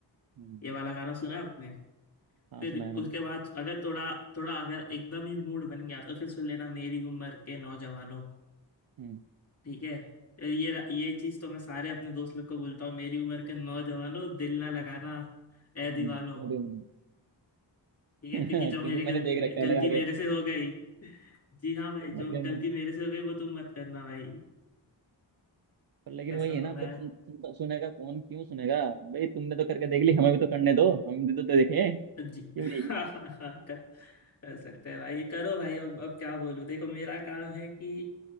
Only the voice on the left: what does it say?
ये वाला गाना सुना आपने
फिर
उसके बाद अगर थोड़ा थोड़ा अगर एकदम ही मूड बन गया तो फिर सुन लेना मेरी उम्र के नौजवानों
ठीक है ये ये चीज तो मैं सारे अपने दोस्त लोग को बोलता हूँ मेरी उम्र के नौजवानों दिल ना लगाना ए
दीवानों
ठीक है
क्योंकि
जो
मेरी गलती
मे-
गलती
मेरे
से हो गई जी हाँ भाई
जो
गलती मेरे से हो गई वो तुम मत करना भाई
ऐसा
तो
मैं
जी
<laughs> हाँ
हाँ हाँ कर, कर सकते हैं भाई ये करो भाई अब अब क्या बोलूं देखो मेरा काम है कि